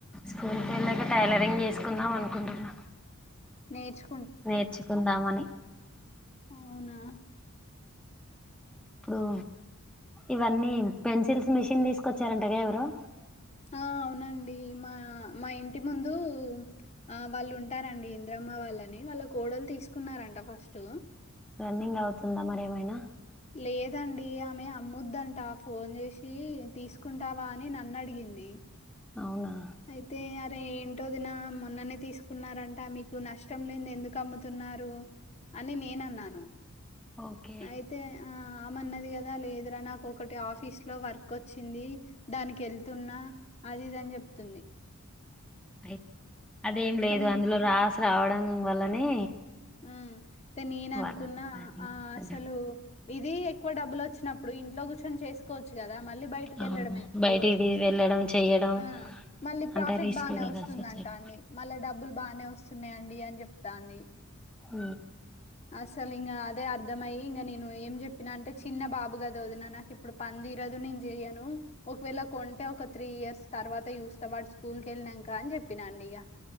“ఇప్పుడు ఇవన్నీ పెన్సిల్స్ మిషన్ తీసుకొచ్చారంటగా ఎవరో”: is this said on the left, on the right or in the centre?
Centre